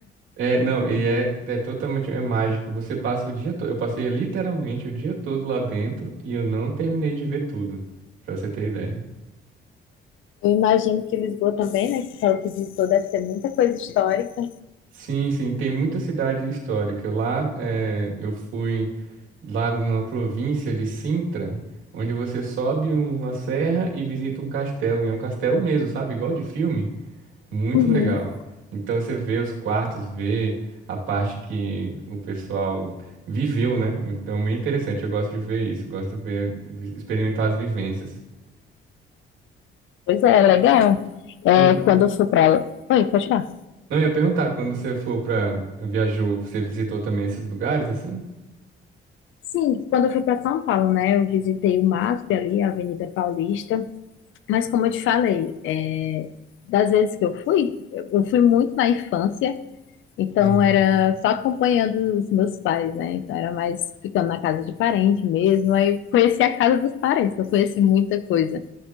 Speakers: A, on the right (about 80°); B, on the left (about 80°).
A: É, não, e é, é totalmente é mágico. Você passa o dia todo. Eu passei literalmente o dia todo lá dentro e eu não terminei de ver tudo, pra você ter ideia.
B: Eu imagino que Lisboa também, né? Que você falou que visitou, deve ter muita coisa histórica.
A: Sim, sim, tem muita cidade histórica. Lá, eh, eu fui lá numa província de Sintra, onde você sobe uma serra e visita um castelo. E é um castelo mesmo, sabe? Igual de filme. Muito
B: Uhum.
A: legal. Então você vê os quartos, vê a parte que o pessoal viveu, né? Então, muito interessante. Eu gosto de ver isso, gosto de ver, experimentar as vivências.
B: Pois é, legal. É,
A: Quando,
B: quando eu fui para. Oi, pode falar.
A: não, eu ia perguntar, quando você for para viajou, você visitou também esses lugares assim?
B: Sim, quando eu fui para São Paulo, né, eu visitei o MASP ali, a Avenida Paulista, mas como eu te falei, é, das vezes que eu fui, eu fui muito na infância, então
A: Uhum.
B: era só acompanhando os meus pais, né, então era mais ficando na casa de parente mesmo, aí conheci a casa dos parentes, não conheci muita coisa.